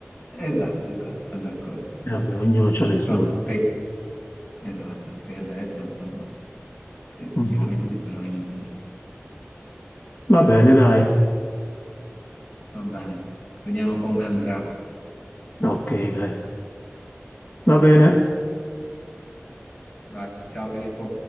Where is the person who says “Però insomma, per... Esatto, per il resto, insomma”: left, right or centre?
Left